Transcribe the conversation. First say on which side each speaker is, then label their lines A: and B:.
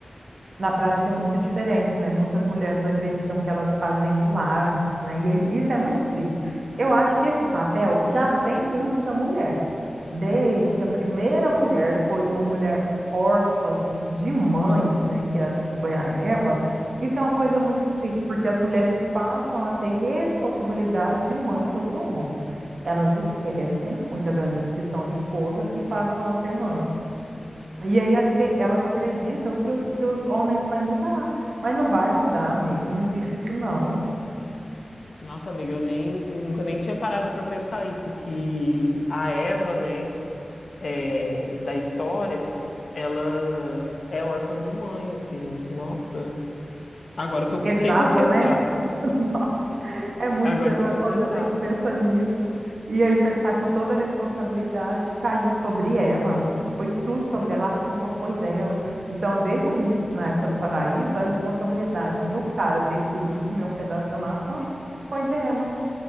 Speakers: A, on the right; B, on the left.
A: Na prática é muito diferente, né? Muitas mulheres acreditam que elas fazem milagres, né? E é- isso é muito triste. Eu acho que esse papel já vem muito da mulher. Desde que a primeira mulher foi uma mulher órfã de mãe, né? Que, a- que foi a Eva, isso é uma coisa muito triste, porque as mulheres passam a ter responsabilidade de mãe sobre o homem. Elas esquecem, muitas das vezes, que são esposa e passam a ser mães. E aí acre- elas acreditam que, o- que os homens vai mudar. Mas não vai mudar, amigo. Não existe isso, não.
B: nossa amiga, eu nem, nunca nem tinha parado para pensar isso, que a Eva, né, é, da história, ela é órfã de mãe, assim, nossa, agora que
A: É pesado,
B: eu parei para pensar,
A: né? <laughs> Nossa, é muito
B: agora
A: pesado
B: que eu parei
A: quando
B: pra pensar.
A: a gente pensa nisso. E aí pensar que toda a responsabilidade caiu sobre ela, amigo. Foi tudo sobre ela, a culpa foi dela. Então, desde ali na época do paraíso, a responsabilidade do cara ter escolhido comer um pedaço da maçã foi dela.